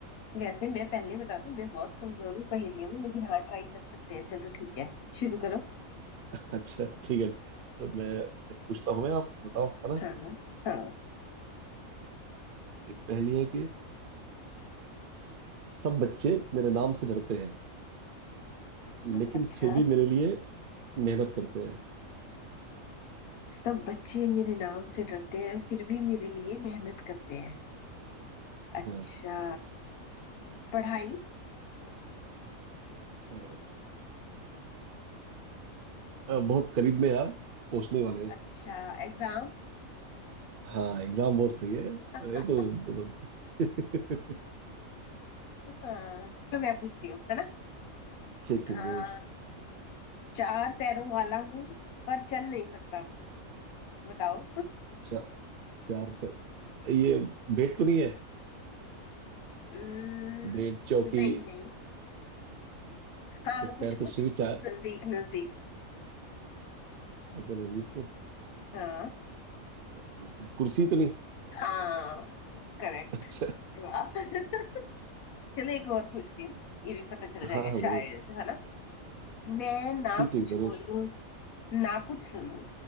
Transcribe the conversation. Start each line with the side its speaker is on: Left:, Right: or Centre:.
Left: वैसे मैं पहले बता दूं मैं बहुत कमजोर हूँ पहेलियों में लेकिन हाँ ट्राई कर सकते हैं चलो ठीक है शुरू करो
Right: अच्छा ठीक है तो मैं एक पूछता हूँ मैं आप बताओ है ना
Left: हाँ हाँ
Right: एक पहेली है कि सब बच्चे मेरे नाम से डरते हैं लेकिन
Left: अच्छा
Right: फिर भी मेरे लिए मेहनत करते हैं
Left: सब बच्चे मेरे नाम से डरते हैं फिर भी मेरे लिए मेहनत करते हैं अच्छा
Right: हाँ
Left: पढ़ाई
Right: अ, अ, बहुत करीब में आप पहुंचने वाले हैं
Left: अच्छा एग्जाम
Right: हाँ एग्जाम बहुत सही है अरे
Left: <laughs>
Right: तो मतलब <laughs>
Left: हाँ चलो मैं पूछती हूँ है ना
Right: ठीक
Left: हाँ,
Right: ठीक जरूर
Left: चार पैरों वाला हूँ पर चल नहीं सकता बताओ
Right: चा, चार पैर ये बेट तो नहीं है
Left: हम्म,
Right: बेट चौकी
Left: नहीं नहीं हाँ कुछ
Right: पैर
Left: कुछ
Right: तो उसमें भी चार
Left: नजदीक नजदीक
Right: ऐसा नजदीक हो
Left: हाँ
Right: और क्या कुर्सी तो नहीं
Left: हाँ करेक्ट
Right: अच्छा
Left: वाह <laughs> चलो एक और पूछती हूँ ये भी पता चल
Right: <laughs>
Left: जाएगा
Right: हाँ हाँ
Left: शायद
Right: जरूर
Left: है ना मैं ना
Right: ठीक ठीक
Left: कुछ
Right: जरूर
Left: बोलूं ना कुछ सुनूं